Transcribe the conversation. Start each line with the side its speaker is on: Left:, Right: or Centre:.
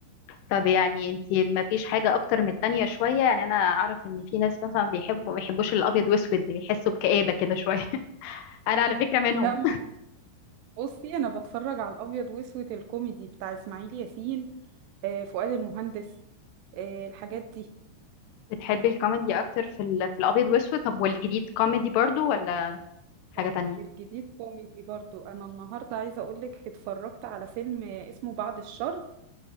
Left: طب يعني انتي ما فيش حاجه اكتر من التانية شويه يعني انا اعرف ان في ناس مثلا بيحبوا ما بيحبوش الابيض واسود بيحسوا بكآبه كده شويه <laughs> انا على فكره منهم
Right: لا ما هو- بصي انا بتفرج على الابيض واسود الكوميدي بتاع اسماعيل ياسين آه، فؤاد المهندس آه، الحاجات دي
Left: <laughs> بتحبي الكوميدي اكتر في ال... في الابيض واسود طب والجديد كوميدي برضو ولا حاجه
Right: آه،
Left: تانية
Right: والجديد كوميدي برضو انا النهارده عايزه اقول لك اتفرجت على فيلم اسمه بعد الشر